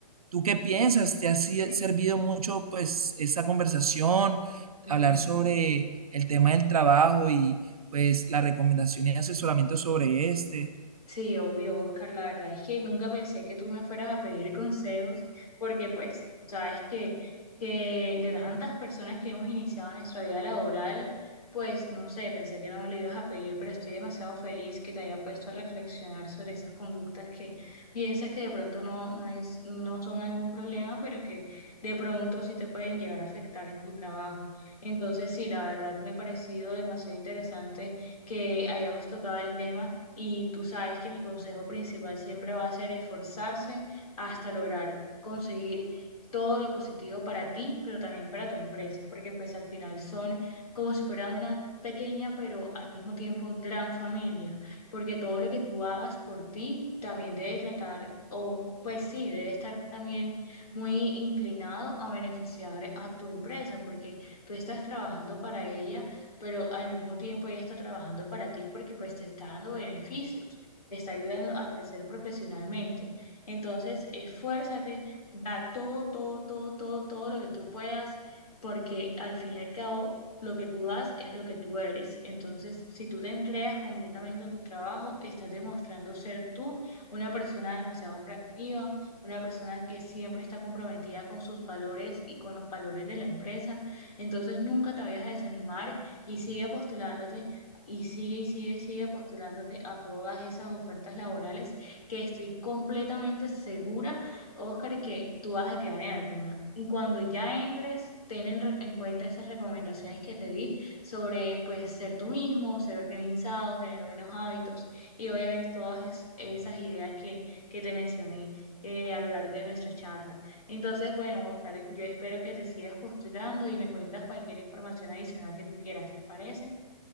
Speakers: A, on the right; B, on the left.
A: ¿Tú qué piensas? ¿Te ha si-
B: Sí.
A: servido mucho pues esta conversación,
B: ujú.
A: hablar sobre el tema del trabajo y pues la recomendación y asesoramiento sobre este?
B: Sí, obvio, Oscar, la verdad es que nunca pensé que tú me fueras a pedir <laughs> consejos, porque pues tú sabes que, que de tantas personas que hemos iniciado nuestra vida laboral, pues no sé, pensé que no me lo ibas a pedir, pero estoy demasiado feliz que te haya puesto a reflexionar sobre esas conductas que piensas que de pronto no, no es, no son algún problema, pero que de pronto sí te pueden llegar a afectar en tu trabajo. Entonces, sí, la verdad me ha parecido demasiado interesante que hayamos tocado el tema y tú sabes que mi consejo principal siempre va a ser esforzarse hasta lograr conseguir todo lo positivo para ti, pero también para tu empresa, porque pues al final son como si fuera una pequeña, pero al mismo tiempo gran familia, porque todo lo que tú hagas por ti también debe tratar, o pues sí, debe estar también muy inclinado a beneficiar a tu empresa, porque tú estás trabajando para ella pero al mismo tiempo ella está trabajando para ti porque pues te está dando beneficios, te está ayudando a crecer profesionalmente. Entonces, esfuérzate, da todo, todo, todo, todo, todo lo que tú puedas, porque al fin y al cabo lo que tú das es lo que tú eres. Entonces, si tú te entregas completamente a tu trabajo, estás demostrando ser tú una persona demasiado proactiva, una persona que siempre está comprometida con sus valores y con los valores de la empresa. Entonces, nunca te vayas a desanimar y sigue postulándote y sigue y sigue y sigue postulándote a todas esas ofertas laborales que estoy completamente segura, Oscar, que tú vas a quedar en alguna. Y cuando ya entres, ten en, re- en cuenta esas recomendaciones que te di sobre pues ser tú mismo, ser organizado, tener buenos hábitos y obviamente todas es- esas ideas que, que te mencioné eh, a lo largo de nuestra charla. Entonces, bueno, Oscar, yo espero que te sigas postulando y me cuentas cualquier información adicional que tú quieras, ¿te parece?